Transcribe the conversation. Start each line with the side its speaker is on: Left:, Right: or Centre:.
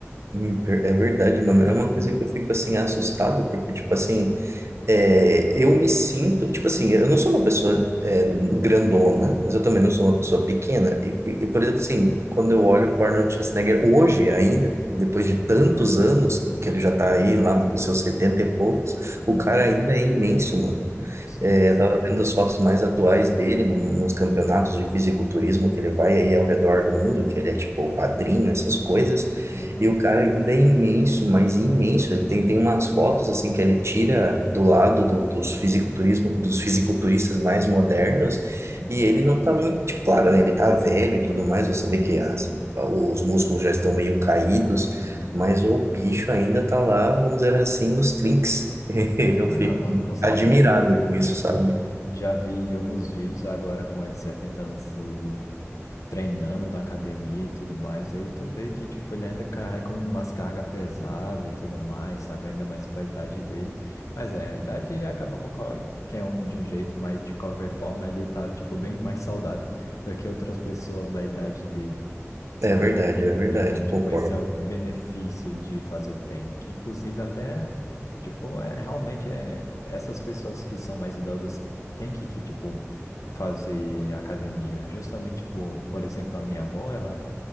Right: Hum, per- É verdade, mano.
Left: Uhum.
Right: É uma coisa que eu fico assim assustado, porque, tipo assim. É, eu me sinto, tipo assim, eu não sou uma pessoa é, grandona, mas eu também não sou uma pessoa pequena. E, e- e, por exemplo, assim, quando eu olho o Arnold Schwarzenegger hoje ainda, depois de tantos anos que ele já tá aí, lá com seus 70 e poucos, o
Left: Uhum.
Right: cara ainda é imenso, mano.
Left: Sim,
Right: É,
Left: sim.
Right: eu estava vendo as fotos mais atuais dele num, nos campeonatos de fisiculturismo que ele vai aí ao redor do mundo, que ele é tipo o padrinho, essas coisas.
Left: Uhum.
Right: E o cara ainda é imenso, mas imenso. Ele tem, tem umas fotos assim que ele tira do lado do- dos fisiculturismo, dos fisiculturistas mais modernos,
Left: Uhum.
Right: e ele não tá muito, tipo, claro, né? Ele tá velho e tudo mais, você
Left: Sim,
Right: vê que
Left: sim.
Right: as- os músculos já estão meio caídos,
Left: Uhum.
Right: mas o bicho ainda tá lá, vamos dizer assim, nos trinques. <laughs>
Left: É,
Right: Eu fico,
Left: não, é, com certeza.
Right: admirado com isso,
Left: Tipo,
Right: sabe?
Left: já vi alguns vídeos agora com ele 70 anos, ele treinando na academia e tudo mais. E aí tu vê que, tipo, ele ainda carrega umas cargas pesadas e tudo mais, sabe? Ainda mais pra idade dele. Mas é, a idade acaba com qualquer um de um jeito, mas de qualquer forma ele tá, tipo, bem mais saudável do que outras pessoas da idade dele, sabe?
Right: É verdade, é verdade,
Left: Então, tipo,
Right: concordo.
Left: esse é o benefício de fazer treino, que inclusive até, tipo, é realmente é, essas pessoas que são mais idosas têm que, que, tipo, fazer academia. Justamente, tipo, por exemplo, a minha avó, ela